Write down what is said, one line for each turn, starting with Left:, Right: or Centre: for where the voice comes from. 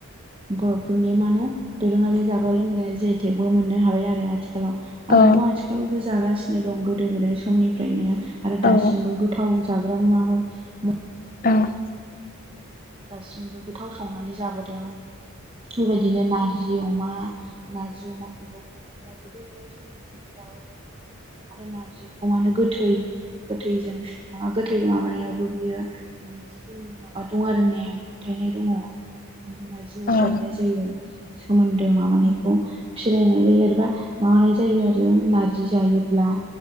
Right: बरफोरनि मा होनो। दोरोङारि जाग्रा लोंग्राया जिआइ टेकबो मोननो हाबाय आरो आथिखालाव। आरो
Left: औ
Right: बेखौ आथिखालावबो जागासिनो दं गोदो गोदाय समनिफ्रायनो आरो
Left: औ
Right: दासिमबो। थाव जाग्रा मुवा ह
Left: औ
Right: दासिमबो गोथाव संनानै जाबोदों बेबायदिनो नार जि अमा नारजि अमाखौबो बरफोरा गोदो गोदाय समनिफ्रायनो जाबोदों। आरो नारजिखौ मानो गोथै। गोथैजों मा गोथै माबानायावबो बियो मिथि। जोंनि माबा दङ आरो नेम फोथायनाय दङ नारजि अरगारनाय
Left: औ
Right: जायो। सोमोन्दो माबानायखौ। फिरायनाय जायो आरोबा माबानाय जायो आरो नारजि जायोब्ला।